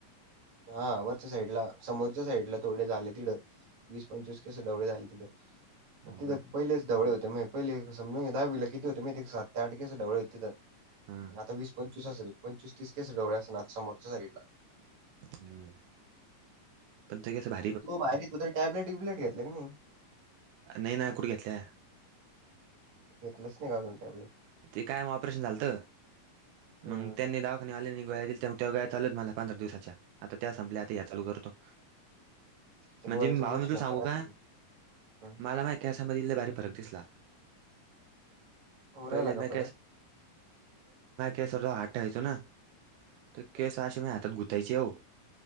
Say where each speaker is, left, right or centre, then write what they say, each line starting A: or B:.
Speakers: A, on the right (about 60°); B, on the right (about 80°).
A: हा वरच्या साईडला समोरच्या साईडला थोडे झाले तिकडं. वीस पंचवीस केस डवळेे झाले तिथं मग
B: हो
A: तिथं.
B: का
A: पहिलेच ढवळे होते माये पहिले समजून घे दहावीला किती होते माहिते सात ते आठ केस डवळे होते तीथ.
B: हां
A: आता वीस पंचवीस असल पंचवीस तीस केस ढवळे असन समोरच्या साईडला.
B: हम्म पंचे स <unintelligible>
A: तो बाहेर एक <unintelligible> टॅबलेट विब्लेट घेतल्या की नाही
B: नाही ना कुठ घेतल्या.
A: घेतल्याच नाही का अजून टॅब्लेट.
B: ते काय मग ऑपरेशन झालत.
A: हं.
B: मग त्यांनी दावाखान्यात आल्याने गोळ्या दिलत्या त्या गोळ्या चालू आहेत मला पंधरा दिवसाच्या. आता त्या संपल्या आता ह्या चालू करतो.
A: ते
B: म्हणजे
A: गोळ्याच
B: भावा
A: बी उष्णता
B: मी तू सांगू
A: राहते.
B: का
A: हं.
B: मला ना केसामध्ये लय भारी फरक दिसला.
A: होऊ राहिला
B: पहिले मैं
A: का फरक?
B: कैसा? <unintelligible> तर
A: हं.
B: केस असे मा हातात घुतायचे हो,